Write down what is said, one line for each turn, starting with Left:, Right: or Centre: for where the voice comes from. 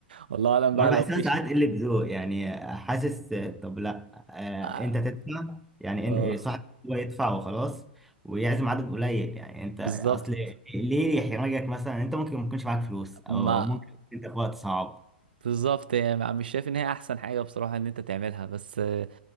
Right: والله اعلم
Centre: وانا
Right: بقى
Centre: بحسها
Right: لو في ش-
Centre: ساعات قله ذوق يعني حاسس طب لا آه،
Right: اه
Centre: انت تدفع يعني
Right: آه،
Centre: ان صاحب هو يدفع وخلاص ويعزم عدد قليل يعني انت
Right: بالظبط
Centre: اصل ليه يحرجك مثلا انت ممكن ما يكونش معاك فلوس او
Right: ما
Centre: ممكن انت في وقت صعب
Right: بالظبط يعني مع- مش شايف ان هي احسن حاجه بصراحه ان انت تعملها بس آه،